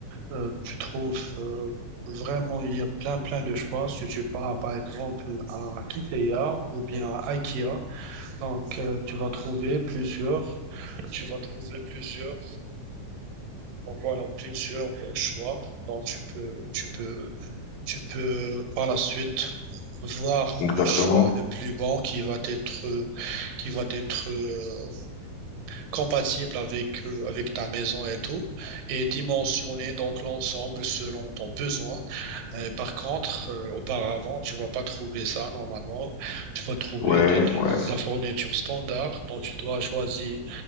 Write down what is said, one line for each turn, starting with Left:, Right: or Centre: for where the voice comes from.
Right: euh, tu trouves euh, vraiment, il y a plein, plein de choix. Si tu pars, par exemple, à Ikea ou bien à IKEA, donc, euh, tu vas trouver plusieurs, tu vas trouver plusieurs, donc, voilà, plusieurs euh, choix. Donc, tu peux, tu peux Tu peux par la suite voir
Left: exactement.
Right: le choix le plus bon qui va être, qui va être euh, compatible avec, euh, avec ta maison et tout, et dimensionner donc l'ensemble selon ton besoin. Euh, par contre, euh, auparavant, tu vas pas trouver ça normalement. Tu vas trouver
Left: Ouais,
Right: du- du-
Left: ouais,
Right: de la fourniture standard dont tu dois choisir